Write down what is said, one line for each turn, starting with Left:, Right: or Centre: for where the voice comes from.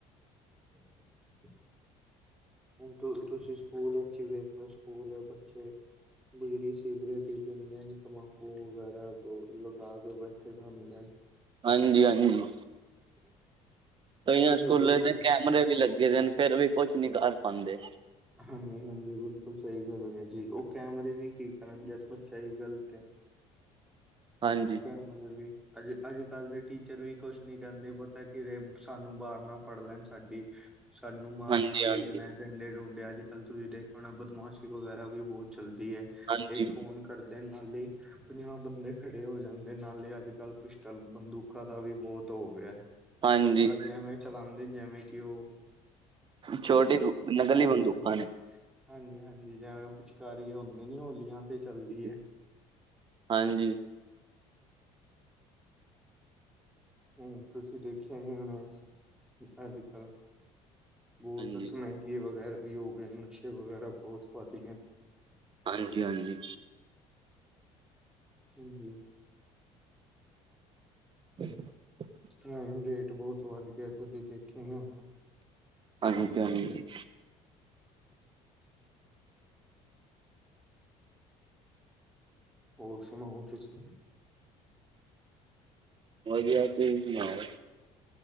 Centre: <unintelligible> ਹੁਣ ਤੁਸੀਂ ਸਕੂਲ ਵਿੱਚ ਵੇਖ ਲੋ ਸਕੂਲ ਐ ਬੱਚੇ। ਬੀੜੀ ਸਿਗਰੇਟ ਹੀ ਪੀਂਦੇ ਨੇ ਤੰਬਾਕੂ ਵਗੈਰਾ ਲਗਾ ਕੇ ਬੈਠੇ ਰਹਿੰਦੇ <inaudible>
Right: ਹਾਂਜੀ ਹਾਂਜੀ
Centre: <inaudible>
Right: ਕਈਆਂ
Centre: ਤੁਸੀਂ
Right: ਸਕੂਲੇ
Centre: ਦੇਖਿਆ
Right: ਚ ਕੈਮਰੇ ਵੀ ਲੱਗੇ ਦੇ ਨੇ ਫਿਰ ਵੀ ਕੁਛ ਨੀ ਕਰ ਪਾਉਂਦੇ।
Centre: ਹਾਂਜੀ ਹਾਂਜੀ ਬਿਲਕੁਲ ਸਹੀ ਗੱਲ ਹੈ ਜੀ ਉਹ ਕੈਮਰੇ ਵੀ ਕੀ ਕਰਨ ਜਦ ਬੱਚਾ ਹੀ ਗ਼ਲਤ ਹੈ।
Right: ਹਾਂਜੀ
Centre: <unintelligible> ਅੱਜ ਅੱਜ ਕੱਲ ਦੇ ਟੀਚਰ ਵੀ ਕੁਛ ਨੀ ਕਹਿੰਦੇ ਪਤਾ ਕਿਰੇ ਸਾਨੂੰ ਬਾਹਰ ਨਾ ਫੜ ਲੈਣ ਸਾਡੀ। ਸਾਨੂੰ ਮਾਰਨਾ
Right: ਹਾਂਜੀ-ਹਾਂਜੀ,
Centre: ਦੇਣਾ।
Right: ਹਾਂਜੀ,
Centre: ਡੰਡੇ ਡੁੰਡੇ ਅੱਜ ਕੱਲ ਤੁਸੀਂ ਦੇਖਿਆ ਹੋਣਾ ਬਦਮਾਸ਼ੀ ਵਗੈਰਾ ਵੀ ਬਹੁਤ ਚੱਲਦੀ ਐ।
Right: ਹਾਂਜੀ
Centre: ਇੱਕ ਫੋਨ ਕਰਦੇ ਨਾਲੇ ਪੰਜਾਹ ਬੰਦੇ‌ ਖ ਤੇ ਹੋ ਜਾਂਦੇ ਨਾਲੇ ਅੱਜ ਕੱਲ ਪਿਸਟਲ ਬੰਦੂਕਾਂ ਦਾ ਵੀ ਬਹੁਤ ਹੋ ਗਿਆ।
Right: ਹਾਂਜੀ
Centre: ਬੰਦੂਕਾਂ ਤੇ ਐਵੇਂ ਚਲਾਉਂਦੇ ਨੇ ਜਿਵੇਂ ਕਿ ਉਹ
Right: ਛੋਟੀ
Centre: ਪਿਚਕਾਰੀਆਂ
Right: ਨਕਲੀ ਬੰਦੂਕਾਂ
Centre: ਹਾਂਜੀ।
Right: ਨੇ
Centre: ਹਾਂਜੀ-ਹਾਂਜੀ ਜਿਵੇਂ ਪਿਚਕਾਰੀ ਹੁੰਦੀ ਨੀ ਹੋਲੀਆਂ ਤੇ ਚੱਲਦੀ
Right: ਹਾਂਜੀ,
Centre: ਏ।
Right: ਹਾਂਜੀ
Centre: ਹੁਣ ਤੁਸੀਂ ਦੇਖਿਆ ਵੀ ਹੋਨਾ ਅੱਜ ਕੱਲ ਬੋਤ
Right: ਹਾਂਜੀ,
Centre: ਸਮੇ
Right: ਹਾਂਜੀ,
Centre: ਈ ਵਗੈਰਾ ਵੀ ਹੋ ਗਏ ਨਸ਼ੇ ਵਗੈਰਾ ਬੋਤ ਵੱਧ ਗਏ।
Right: ਹਾਂਜੀ-ਹਾਂਜੀ
Centre: ਹਾਂਜੀ
Right: <inaudible>
Centre: ਟਰਾਈਮ ਰੇਟ ਬੋਤ ਵੱਧ ਗਿਆ ਤੁਸੀ ਦੇਖਿਆ ਹੀ ਹੋਣਾ।
Right: ਹਾਂਜੀ-ਹਾਂਜੀ
Centre: ਹੋਰ ਸੁਣਾਓ ਤੁਸੀ
Right: ਵਧੀਆ ਤੁਸੀ ਸੁਣਾਓ।